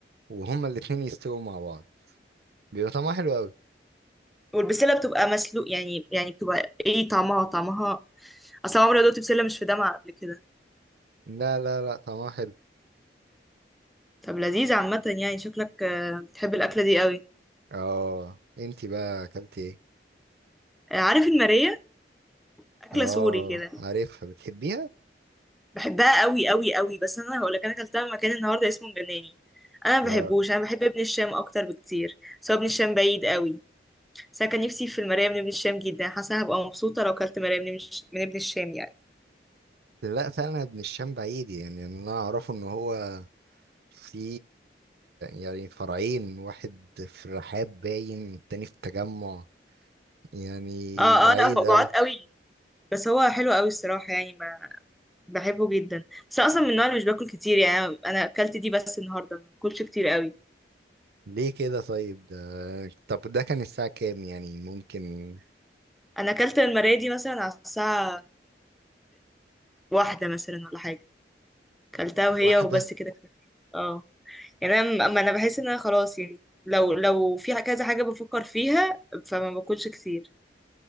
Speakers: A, on the right; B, in the centre.
A: وهما الاتنين يستووا مع بعض بيبقى طعمها حلو قوي
B: والبسله بتبقى مسلوق يعني يعني بتبقى ايه طعمها طعمها اصلا عمري ما دقت بسله مش في دمعه قبل كده
A: لا لا لا طعمها حلو
B: طب لذيذ عامه يعني شكلك آه، بتحب الاكله دي قوي
A: اه انتي بقى اكلتي ايه
B: آه، عارف الماريه اكله
A: اه
B: سوري كده
A: عارفها بتحبيها
B: بحبها قوي قوي قوي بس انا هقولك انا اكلتها من مكان النهارده اسمه مجناني انا ما
A: اه
B: بحبوش انا بحب ابن الشام اكتر بكتير سواء ابن الشام بعيد قوي بس انا كان نفسي في المرايه من ابن الشام جدا حاسه هبقى مبسوطه لو كلت مرايه من ابن الش- من ابن الشام يعني
A: لا فعلا ابن الشام بعيد يعني انا اعرفه ان هو في يعني فرعين واحد في الرحاب باين والتاني في التجمع يعني
B: اه
A: بعيد
B: اه لا هو بعاد
A: قوي
B: قوي بس هو حلو قوي الصراحه يعني ما بحبه جدا بس أنا اصلا من النوع اللي مش باكل كتير يعني انا أنا اكلت دي بس النهارده ما باكلش كتير قوي
A: ليه كده طيب ده طب ده كان الساعة كام يعني ممكن
B: انا اكلت المرايه دي مثلا على الساعه واحدة مثلا ولا حاجه اكلتها وهي
A: واحدة
B: وبس كده اه يعني انا أما انا بحس ان انا خلاص يعني لو لو في كذا حاجه بفكر فيها فما باكلش كتير